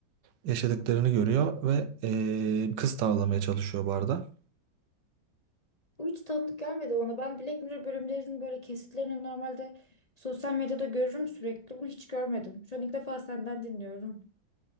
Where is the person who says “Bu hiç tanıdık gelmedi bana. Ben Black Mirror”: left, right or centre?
Left